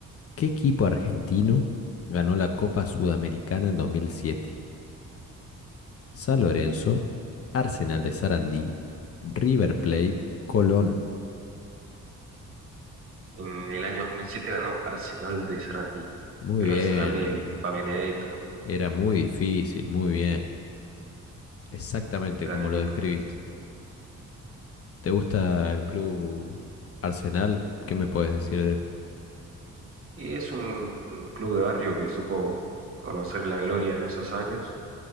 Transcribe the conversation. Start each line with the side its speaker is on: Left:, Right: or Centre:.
Left: ¿Qué equipo argentino ganó la Copa Sudamericana en 2007? San Lorenzo, Arsenal de Sarandí, River Plate, Colón.
Right: En el año 2007 ganó Arsenal de Sarandí.
Left: Muy
Right: El
Left: bien.
Right: Arsenal del Pipa Benedetto.
Left: Era muy difícil, muy bien. Exactamente
Right: Gran
Left: como
Right: equipo.
Left: lo describiste. ¿Te gusta el club Arsenal? ¿Qué me puedes decir
Right: Y es un club de barrio que supo conocer la gloria en esos años.